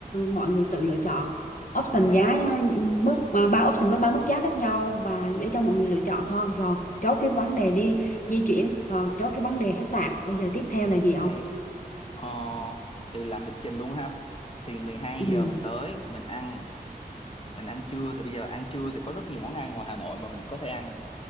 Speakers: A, on the left; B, on the left.
A: mọi người tự lựa chọn option
B: Ok.
A: giá mức mà ba option với ba mức giá khác nhau và để cho mọi người lựa chọn thôi. Rồi, chốt cái vấn đề đi di chuyển, rồi chốt cái vấn đề khách sạn. Bây giờ tiếp theo là
B: Ok.
A: gì ông?
B: Ờ, thì làm lịch trình luôn ha. Thì 12
A: Ừ.
B: giờ mình tới, mình ăn, mình ăn trưa thì bây giờ ăn trưa thì có rất nhiều món ăn ngoài Hà Nội mà mình có thể ăn.